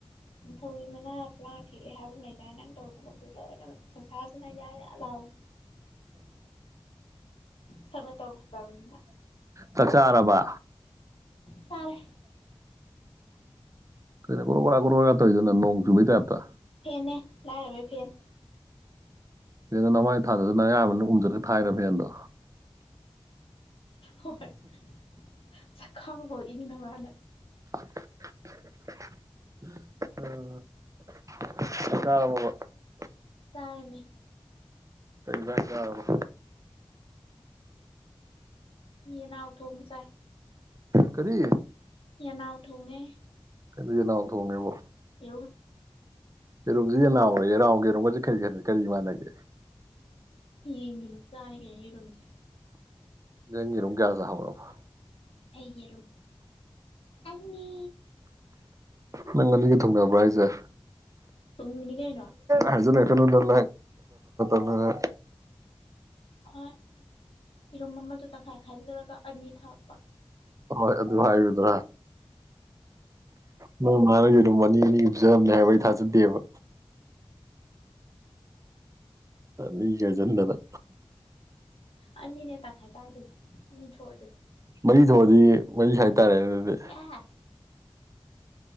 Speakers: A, on the left; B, on the right.
A: ꯅꯤꯠꯊꯧꯒꯤ ꯃꯅꯥ ꯐꯛꯂꯥꯡ ꯗ ꯊꯦꯠꯂꯦ ꯍꯥꯏꯕ ꯂꯩꯗꯥꯏꯅꯦ ꯅꯪ ꯇꯧ ꯊꯕꯛꯇꯨ ꯂꯣꯏꯅ ꯁꯪꯁꯥꯁꯤꯅ ꯌꯥ ꯂꯥꯎꯏꯦ ꯁꯛꯅ ꯇꯧ ꯐꯖꯕꯅꯤꯅ
B: ꯆꯥꯛ ꯆꯥꯔꯕ
A: ꯆꯥꯔꯦ
B: ꯀꯩꯅꯣ ꯒꯣꯔꯣ ꯒꯔꯥ ꯒꯣꯔꯣ ꯒꯔꯥ ꯇꯧꯏꯗꯨꯅ ꯅꯣꯡ ꯆꯨꯕꯩ ꯇꯥꯏꯞꯇꯥ
A: ꯅꯦ ꯂꯥꯏꯔꯕꯩ ꯐꯦꯟ
B: ꯐꯦꯟꯗꯣ ꯅꯃꯥꯏ ꯊꯥꯖꯜꯂ ꯅꯌꯥ ꯃꯅꯨꯡ ꯎꯝꯖꯜꯂ ꯊꯥꯏꯔ ꯐꯦꯟꯗꯣ
A: ꯍꯝꯍꯝ ꯍꯣꯏ ꯆꯥꯛꯈꯥꯎꯗꯣ ꯏꯪꯅꯕꯅ
B: ꯑꯟꯏꯟꯇꯦꯜꯂꯤꯖꯦꯕꯜ ꯑ ꯆꯥꯔꯕꯣꯕ
A: ꯆꯥꯔꯦꯃꯤ
B: ꯀꯩ ꯏꯟꯖꯥꯡ ꯆꯥꯔꯕ
A: ꯌꯦꯅꯥꯎ ꯊꯣꯡꯕꯆꯥꯏ
B: ꯀꯔꯤ
A: ꯌꯦꯅꯥꯎ ꯊꯣꯡꯉꯦ
B: ꯀꯩꯅꯣ ꯌꯦꯅꯥꯎ ꯊꯣꯡꯉꯦꯕꯣ
A: ꯌꯦꯔꯨꯝ
B: ꯌꯦꯔꯨꯝꯁꯤ ꯌꯦꯅꯥꯎ ꯔ ꯌꯦꯅꯥꯎꯒ ꯌꯦꯔꯨꯝꯒꯁꯦ ꯈꯔꯤ ꯈꯔꯤ ꯀꯔꯤ ꯃꯥꯟꯅꯒꯦ
A: ꯌꯦꯟꯒꯤ ꯃꯆꯥꯥꯅꯤ ꯀꯩꯅꯣ ꯌꯦꯔꯨꯝꯁꯦ
B: ꯅꯪ ꯌꯦꯔꯨꯝ ꯀꯌꯥ ꯆꯥꯍꯧꯔꯕ
A: ꯑꯩ ꯌꯦꯔꯨꯝ ꯑꯅꯤ
B: ꯅꯪ ꯑꯅꯤꯒ ꯊꯨꯡꯅꯕ꯭ꯔꯥ ꯍꯥꯏꯁꯦ
A: ꯊꯣꯡꯉꯤꯅꯤ ꯀꯩꯅꯣ
B: ꯑꯟꯏꯟꯇꯦꯜꯂꯤꯖꯦꯕꯜ ꯃꯂ
A: ꯍꯣꯏ ꯏꯔꯨꯝ ꯑꯃꯗꯣ ꯇꯪꯈꯥꯏ ꯈꯥꯏꯗꯂꯒ ꯑꯅꯤ ꯊꯣꯛꯄ
B: ꯍꯣꯏ ꯑꯗꯨ ꯍꯥꯏꯌꯨꯗꯅ ꯅꯣꯏ ꯃꯥꯅ ꯌꯦꯔꯨꯝ ꯑꯅꯤ ꯒꯤ ꯄꯤꯖꯕꯅꯦ ꯍꯥꯏꯕ ꯑꯩ ꯊꯥꯖꯗꯦꯕ ꯑ ꯃꯤꯒ ꯆꯟꯗꯅ
A: ꯑꯅꯤꯅꯦ ꯇꯪꯈꯥꯏ ꯇꯥꯔꯤꯗꯨꯗꯤ ꯑꯅꯤ ꯊꯣꯛꯑ ꯗꯨꯗꯤ
B: ꯃꯔꯤ ꯊꯣꯛꯑꯗꯤ ꯃꯔꯤ ꯍꯥꯏꯇꯥꯔꯦ ꯑꯗꯨꯗꯤ
A: ꯌꯦꯁ